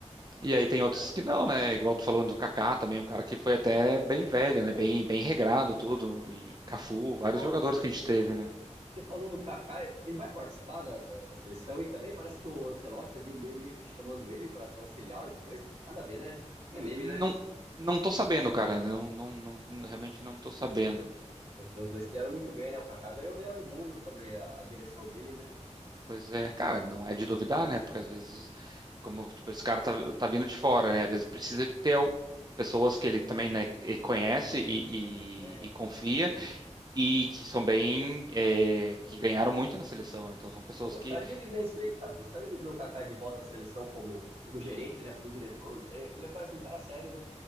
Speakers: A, on the right (about 35°); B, on the right (about 60°).
A: E aí tem outros
B: cara.
A: que não, né? Igual tu falou do Kaká também, um cara que foi até bem velho, né? Bem, bem regrado tudo. E Cafu, vários
B: Pô,
A: jogadores que a gente teve, né?
B: Você falou do Kaká, ele vai participar da, da, da seleção e também parece que o Ancelotti, eu vi um meme chamando ele para ser auxiliar, alguma coisa. Nada a ver, né? É meme,
A: Não,
B: né?
A: não tô sabendo, cara. Não, não, não, realmente não tô sabendo.
B: Porque os dois se deram muito bem, né? O Kaká ganhou o melhor do mundo sobre a, a direção dele, né?
A: Pois é, cara, não é de duvidar, né? Porque às vezes, como, tipo, esse cara tá, tá vindo de fora, né? Às vezes precisa de ter al- pessoas que ele também, né, que conhece
B: Confiança,
A: e,
B: é,
A: e, e confia
B: é isso mesmo.
A: e que são bem, é, que ganharam muito na seleção, né? Então são pessoas
B: Eu gostaria
A: que
B: de ver isso aí, cara. Gostaria de ver o Kaká de volta na seleção como, como gerente, né? Como diretor, não sei. Ele parece um cara sério, né?